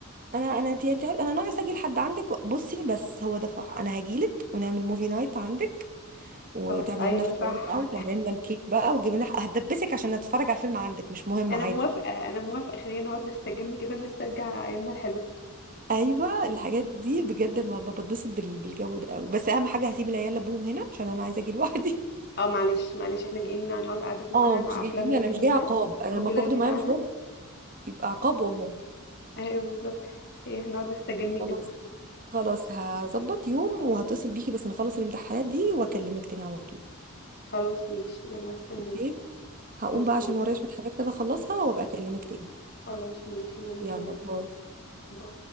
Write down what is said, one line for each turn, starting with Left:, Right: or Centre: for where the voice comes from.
Right: انا انا انت انت انا ناقص اجي لحد عندك بصي بس هو ده صح انا هجيلك ونعمل موفي نايت عندك وتعمل
Left: خلاص ايوه
Right: لنا فطار
Left: صح
Right: بقى وتعمل لنا الكيك بقى وتجيب لنا هدبسك عشان اتفرج على الفيلم عندك مش مهم
Left: انا
Right: عادي
Left: موافقه انا موافقه خلينا نقعد نستجم كده نسترجع ايامنا الحلوه
Right: ايوه الحاجات دي بجد ما ما بتبسط بال- بالجو ده قوي بس اهم حاجه هسيب العيال لابوهم هنا عشان انا عايزه اجي <laughs> لوحدي
Left: اه معلش معلش احنا جايين نقعد قعدتنا
Right: اه
Left: احنا مع
Right: مش جايين
Left: افلامنا الجميله
Right: انا مش جايه عقاب انا
Left: موفي
Right: لما اخده
Left: نايت بتاعنا
Right: معايا مشوار بيبقى عقاب والله
Left: ايوه بالظبط خلينا إحنا نقعد نستجم
Right: خلاص
Left: كده
Right: خلاص هظبط يوم وهتصل بيكي بس نخلص الامتحانات دي واكلمك تاني على طول
Left: خلاص ماشي يلا هستناكي
Right: اوكي هقوم
Left: اوكي
Right: بقى عشان ورايا شويه حاجات كده اخلصها وابقى اكلمك تاني
Left: خلاص ماشي وانا
Right: يلا
Left: كمان
Right: باي
Left: باي.